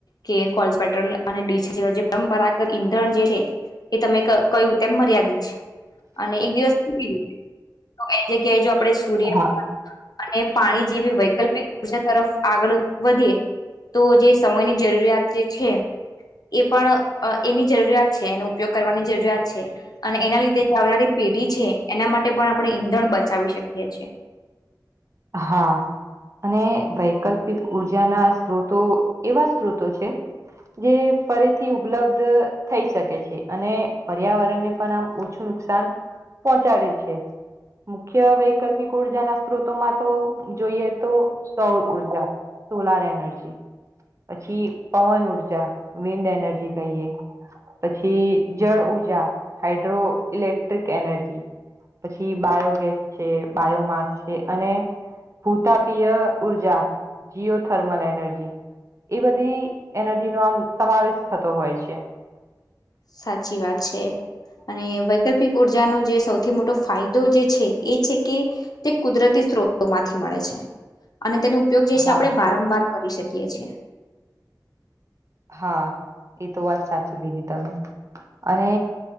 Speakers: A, on the left; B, on the right.
A: કે કોલ્સ પેટ્રોલ અને ડીઝલ જેવા જે પરંપરાગત ધણ જે છે એ તમે કયું તેમ મર્યાદિત છે અને એક દિવસ તો એ જગ્યાએ જો આપણેે સૂર્ય
B: હા
A: હો અને પાણી જેવી વૈકલ્પિક ઉર્જા તરફ આગળ વધીએ તો જે સમયની જરૂરિયાત જે છે એ પણ એની જરૂરિયાત છે એનો ઉપયોગ કરવાની જરૂરિયાત છે અને એના લીધે આવનારી પેઢી છે એના માટે પણ આપણે ઈંધણ બચાવી શકીએ છીએ
B: હા અને વૈકલ્પિક ઉર્જાના સ્ત્રોતો એવા સ્ત્રોતો છે. જે ફરીથી ઉપલબ્ધ થઈ શકે છે. અને પર્યાવરણને પણ આમ ઓછું નુકસાન પહોંચાડે છે. મુખ્ય વૈકલ્પિક ઉર્જા ના સ્ત્રોતોમાં તો જોઈએ તો સૌર ઉર્જા સોલાર એનર્જી પછી પવન ઉર્જા વિન્ડ એનર્જી કહીએ. પછી જળ ઉઊર્જા હાાઈડ્રો ઇલેક્ટ્રિક એનર્જી પછી બાયોગેસ છે બાયોમાસ છે. અને ભૂતાપીય ઉઊર્જા જીયો થર્મલ એનર્જી એ બધી એનર્જી નો આમ સમાવેશ થતો હોય છે.
A: સાચી વાત છે. અને વૈકલ્પિક ઉર્જાનો જે સૌથી મોટો ફાયદો જે છે એ છે કે, તે કુદરતી સ્ત્રોતોમાંથી મળે છે. અને તેનો ઉપયોગ જે છે.
B: હા
A: આપણે વારંવાર કરી શકીએ છીએ.
B: હા એ તો વાત સાચી લીધી તમે અને